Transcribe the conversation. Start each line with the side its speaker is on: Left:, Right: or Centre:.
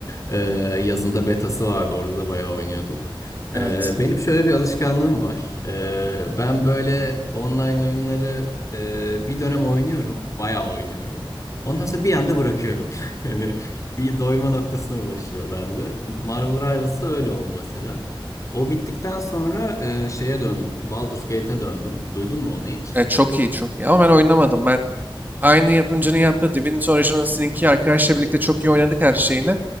Left: Ee, yazında betası vardı. Orada da bayağı oynuyorduk.
Right: Evet.
Left: Ee, benim şöyle bir alışkanlığım var. Ee, ben böyle online oyunları e, bir dönem oynuyorum. Bayağı oynuyorum. Ondan sonra bir anda bırakıyorum. <laughs> Hani bir doyma noktasına ulaşıyor bende. Marvel Rivals'da öyle oldu mesela. O bittikten sonra e, şeye döndüm. Baldur's Gate'e döndüm. Duydun mu onu hiç?
Right: E, çok iyi, çok iyi. Ama ben oynamadım. Ben
Left: Hı
Right: aynı yapımcının yaptığı Divinity Original Sin 2'yi arkadaşla birlikte çok iyi oynadık her şeyle.